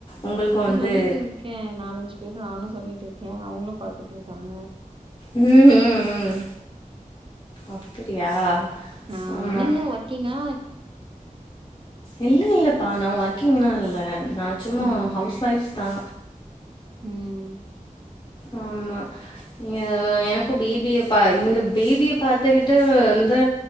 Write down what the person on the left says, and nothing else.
உங்களுக்கு வந்து
ம் ம் ம் அப்புடியா
ஆமா
இல்ல இல்லப்பா நா ஒர்க்கிங்னா இல்ல நா சும்மா
ஹவுஸ் ஒயஃப் தா
ஆமா இங்க எனக்கு பேபிய பாக் இந்த பேபிய பாத்துக்கிட்டு வந்து